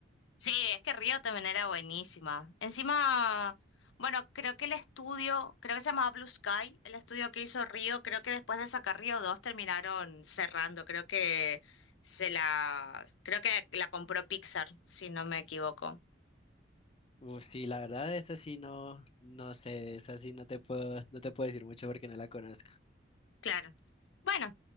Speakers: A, on the left; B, on the left.
A: Sí, es que Río también era buenísima. Encima, bueno, creo que el estudio, creo que se llamaba Blue Sky, el estudio que hizo Río, creo que después de sacar Río 2 terminaron cerrando, creo que se la, creo que la compró Pixar, si no me equivoco.
B: Uf, sí, la verdad, esta sí no, no sé, esta sí no te puedo, no te puedo decir mucho porque no la conozco.
A: Claro. Bueno.